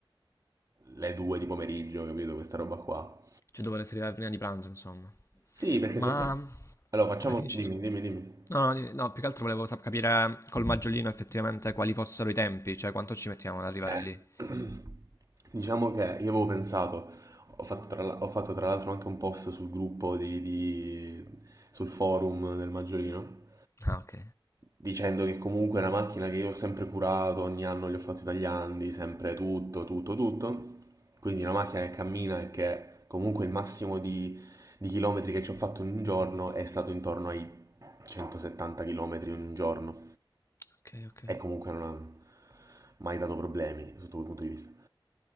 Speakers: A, on the right; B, on the left.
A: le due di pomeriggio, capito? Questa roba qua.
B: Cioè dovrei arrivare prima di pranzo, insomma.
A: Sì, perché
B: Ma...
A: se... Allora, facciamo...
B: Come finisce?
A: Dimmi,
B: scusa?
A: dimmi, dimmi.
B: No, no, no, più che altro volevo sap- capire col maggiolino effettivamente quali fossero i tempi, cioè quanto ci mettiamo ad arrivare
A: Eh,
B: lì.
A: <clears throat> diciamo che io avevo pensato, ho fatto tra, l'al- ho fatto tra l'altro anche un post sul gruppo di, di- sul forum del Maggiolino,
B: Ah, ok.
A: Dicendo che comunque è una macchina che io ho sempre curato, ogni anno gli ho fatto i tagliandi, sempre tutto, tutto, tutto. Quindi una macchina che cammina e che comunque il massimo di, di chilometri che ci ho fatto in un giorno è stato intorno ai 170 chilometri in un giorno.
B: Ok, ok,
A: E comunque non ha mai dato problemi sotto quel punto di vista.